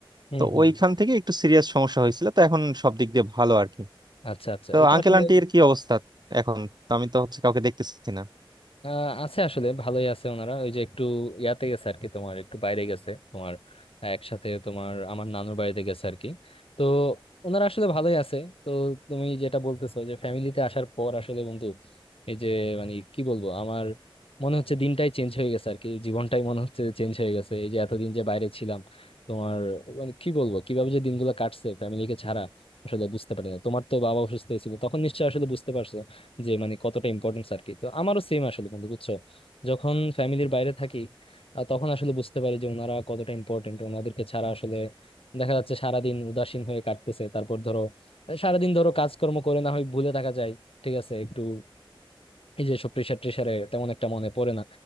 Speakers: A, on the left; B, on the right.
A: হম
B: তো
A: হম
B: ওইখান থেকে একটু সিরিয়াস সমস্যা হয়েছিল তো এখন সব দিক দিয়ে ভালো আর কি
A: আচ্ছা আচ্ছা
B: তো
A: এটা
B: আঙ্কেল
A: আসলে
B: আন্টির কি অবস্থা এখন তো আমি তো হচ্ছে কাউকে দেখতেছি না
A: আহ, আছে আসলে ভালোই আছে ওনারা ওই যে একটু ইয়াতে গেছে আর কি তোমার একটু বাইরে গেছে তোমার একসাথে তোমার আমার নানুর বাড়িতে গেছে আর কি তো ওনারা আসলে ভালোই আছে তো তুমি যেটা বলতেছো যে ফ্যামিলিতে আসার পর আসলে বন্ধু এই যে মানে কি বলবো আমার মনে হচ্ছে দিনটাই চেঞ্জ হয়ে গেছে আর কি জীবনটাই মনে হচ্ছে চেঞ্জ হয়ে গেছে এই যে এতদিন যে বাইরে ছিলাম তোমার মানে কি বলবো কিভাবে যে দিনগুলো কাটছে ফ্যামিলিকে ছাড়া আসলে বুঝতে পারি না তোমার তো বাবা অসুস্থ হয়েছিল তখন নিশ্চয়ই আসলে বুঝতে পারছো যে মানে কতটা ইম্পর্টেন্স আর কি তো আমারও সেম আসলে কিন্তু বুঝছো যখন ফ্যামিলির বাইরে থাকি আহ, তখন আসলে বুঝতে পারি যে ওনারা কতটা ইম্পর্টেন্ট ওনাদেরকে ছাড়া আসলে দেখা যাচ্ছে সারাদিন উদাসীন হয়ে কাটতেছে তারপর ধরো আহ, সারাদিন ধরো কাজকর্ম করে না হয় ভুলে থাকা যায় ঠিক আছে একটু এই যে সব প্রেশার ট্রেশারে তেমন একটা মনে পড়ে না